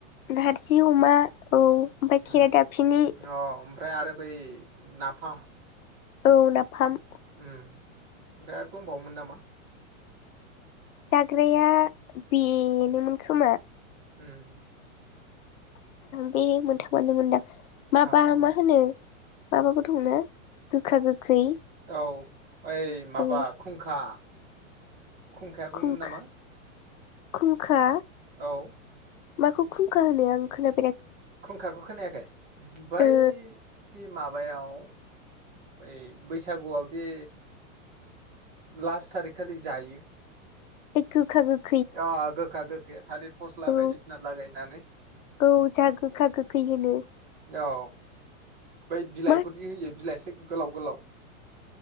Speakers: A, on the left (about 75°); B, on the right (about 20°).
A: नारजि अमा औ ओमफाय
B: उम
A: खेरा दाफीनि।
B: अ ओमफ्राय आरो बै नाफाम
A: औ नाफाम
B: ओम ओमफ्राय आरो दंबावोमोन नामा?
A: जाग्राया बेनोमोन खोमा।
B: ओम।
A: बे मोनथामानो मोन दां। माबा
B: औ औ
A: मा होनो? माबाबो दं ना गोखा गोखै।
B: औ ओइ माबा
A: ओ
B: खुंखा। खुंखाया बोमोन
A: खुंखा
B: नामा?
A: खुंखा?
B: औ।
A: माखौ खुंखा होनो आं खोना
B: खुंखाखौ खोनायाखै बैदि
A: ओ
B: माबायाव बै बैसागुआवदि लास्ट थारिख खालि जायो।
A: ए गोखा गोख
B: अ गोखा गोखैया थालिर फस्ला
A: औ
B: बायदिसिना लागायनानै
A: औ जा गोखा गोखै होनो
B: औ। बै बिलाइखौदि
A: मा
B: होयो बिलाइस गोलाव गोलाव